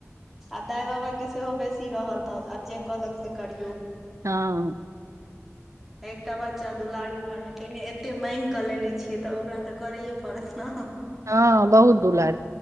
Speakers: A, in the centre; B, on the right (about 85°).
A: आ दाइ बाबा के सेहो बेसी रहल तऽ आब जे कहलक से करियौ
B: हँ
A: एकटा बच्चा दू लाडू रहै तैमे एते माइंग कऽ लेने छियै तऽ ओकरा तऽ करैए पड़त न
B: हँ बहुत दूलारु